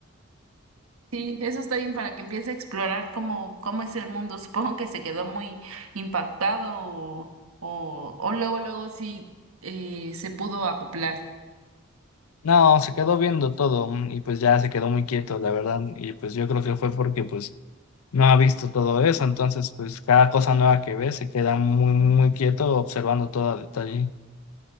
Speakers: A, on the right; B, on the left.
A: Sí, eso está bien para que empiece a explorar cómo, cómo es el mundo. Supongo que se quedó muy impactado o, o, o luego, luego sí eh, se pudo acoplar.
B: No, se quedó viendo todo mm, y pues ya se quedó muy quieto, la verdad. Y pues yo creo que fue porque pues no ha visto todo eso. Entonces, pues cada cosa nueva que ve se queda muy, muy quieto observando todo a detalle.